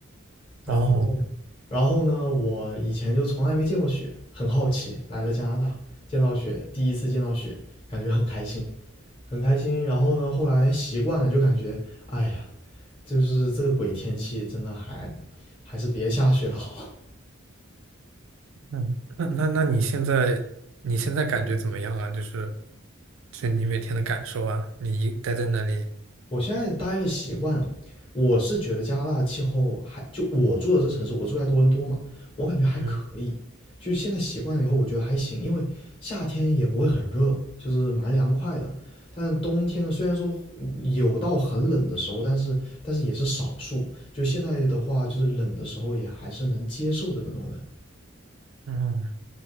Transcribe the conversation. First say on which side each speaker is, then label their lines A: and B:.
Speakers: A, on the left; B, on the right.
A: 然后，
B: 哦，
A: 然后呢，我以前就从来没见过雪，很好奇，来了加拿大，见到雪，第一次见到雪，感觉很开心，很开心。然后呢，后来习惯了，就感觉，哎呀，就是这个鬼天气，真的还还是别下雪了好。
B: 嗯，那那那你现在你现在感觉怎么样啊？就是就你每天的感受啊，你一待在那里，
A: 我现在待的习惯了，我是觉得加拿大的气候还就我住的这城市，我住在多伦多嘛，我感觉还可以。
B: 嗯
A: 就是现在习惯了以后，我觉得还行，因为夏天也不会很热，就是蛮凉快的。但冬天呢，虽然说有到很冷的时候，但是但是也是少数。就现在的话，就是冷的时候也还是能接受的那种冷。
B: 嗯。